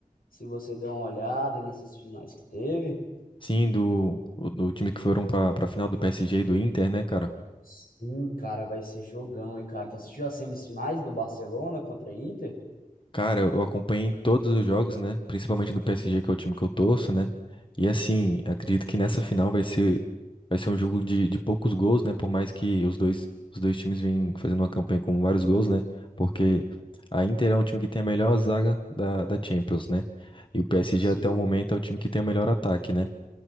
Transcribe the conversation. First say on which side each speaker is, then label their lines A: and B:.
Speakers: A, on the left (about 85°); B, on the left (about 35°).
A: se você deu uma olhada nessas finais que teve.
B: Sim, do, o- do time que foram pra, pra final do PSG e do Inter, né, cara?
A: Sim, cara, vai ser jogão, hein, cara. Tu assistiu as semifinais do Barcelona contra a Inter?
B: Cara, eu acompanhei todos os jogos, né? Principalmente do PSG, que é o time que eu torço, né? E assim, acredito que nessa final vai ser, vai ser um jogo de, de poucos gols, né? Por mais que os dois, os dois times vêm fazendo uma campanha com vários gols, né? Porque a Inter é um time que tem a melhor zaga da, da Champions, né? E o PSG
A: Sim,
B: até o momento é o time que tem o melhor ataque, né?